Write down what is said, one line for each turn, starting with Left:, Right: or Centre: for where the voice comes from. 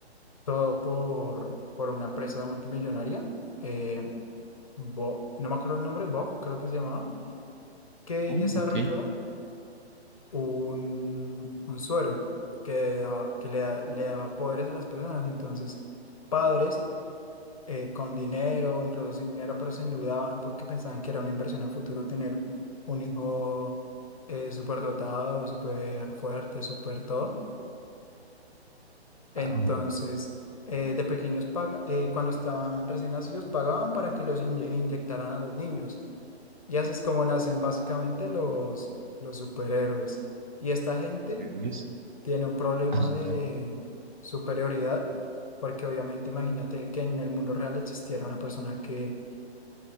Left: todo por, por una empresa multimillonaria. eh, Bo- no me acuerdo el nombre, Bob creo que se llamaba que
Right: Oh,
Left: desarrolló
Right: ok.
Left: un, un suero que, da- que le, da- le daba poderes a las personas. Entonces, padres eh, con dinero o incluso sin dinero, pero se endeudaban porque pensaban que era una inversión a futuro tener un hijo eh, súper dotado, súper fuerte, súper todo. Entonces,
Right: Wow.
Left: eh, de pequeños, paga- eh, cuando estaban recién nacidos, pagaban para que los inye- inyectaran a los niños. Y así es como nacen básicamente los, los superhéroes. Y esta gente
Right: Eh, Luis.
Left: tiene un problema
Right: Ajá,
Left: de
Right: ajá.
Left: superioridad, porque obviamente imagínate que en el mundo real existiera una persona que,